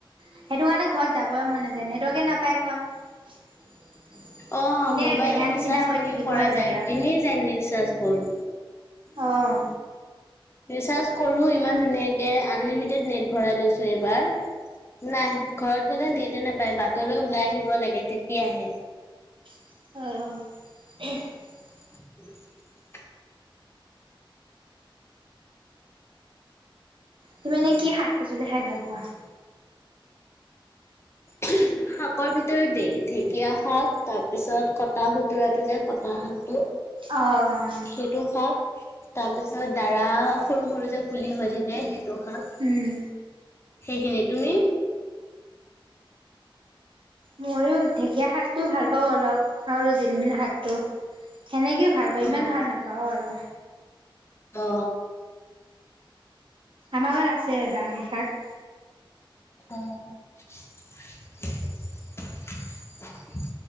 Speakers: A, on the right; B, on the left.
A: সেইটো কাৰণে ঘৰত যাবই মন নাযায় নেটৱৰ্কে নাপায় ঘৰত। <inaudible>
B: অ
A: এনে
B: মোবাইলত
A: বেঙা নিচিনা
B: ৰিচাৰ্জ
A: হৈ
B: এনে
A: থাকিবহে
B: কৰা
A: লাগে
B: যায়
A: আৰু
B: এনেই যায় ন ৰিচাৰজবোৰ,
A: আহ!
B: ৰিচাৰ্জ কৰো ইমান ধুনীয়াক আনলিমিটেড নেট ভৰাই লৈছো এইবাৰ, নাই ঘৰত গলে নটো নাপায় বাটলৈ ওলাই আহিব লাগে তেতিয়াহে,
A: অহ,
B: উ <inaudible>
A: তুমি এনে কি শাক পাচলি খাই ভাল পোৱা।
B: শাকৰ ভি ঢেঁকীয়া শাক তাৰ পিছত কটা সুতুৰাটো যে কটা শাকটো।
A: অ', অ',
B: সেইটো খাই তাৰ পিছত দাৰা সৰু-সৰু যে পুলি হৈ থাকে সেইটো। শাক
A: উম,
B: সেইখিনি তুমি
A: ময়ো ঢেকীয়া শাকটোও ভাল পাওঁ অলপ আৰু জিলমিল শাকটো। সেনেকে ভাল পাওঁ
B: অ',
A: ইমান ভাল নাপাওঁ আৰু।
B: অ,
A: আমাৰ ঘাৰ আছে ডাঙৰ শাক।
B: অ',